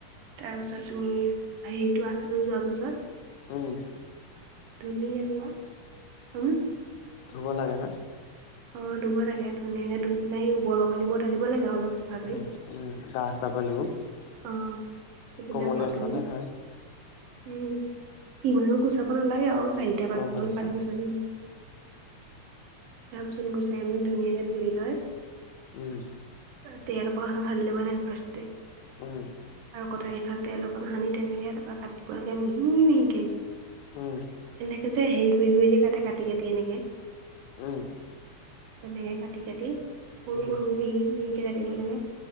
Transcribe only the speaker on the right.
তাৰ পিছত তুমি হেৰিটো আঠাটো যোৱা পাছত
ধুনীয়া গুৱা <unintelligible>
অ' ধুব লাগে ধুনীয়াকে ধুই পেলাই হেই ওপৰ বাকলি বোৰ আঁতৰাই দিব লাগে অলপ চাফা কৰি
অ'। সেইবিলাক
অতৰাই
উম, ইমানো গুচাব নালাগে আৰু চাৰিটা পাঁচটা
মান পাত
গুচালে হ'ল। তাৰ পিছত গুচাই মেলি ধুনীয়াকে ধুই লয়
তেল অকন হাতত সানি ল'ব লাগে ফাষ্টতে
আৰু কটাৰী খনত তেল অকণ সানি তেনেকে তাপা কাটিব লাগে মিহি
এনেকে যে হেৰি কৰি যে কাতে কাটি কাটি এনেকে।
তেনেকে কাটি কাটি সৰু
সৰু মিহি মিহিকে কাটিব লাগে।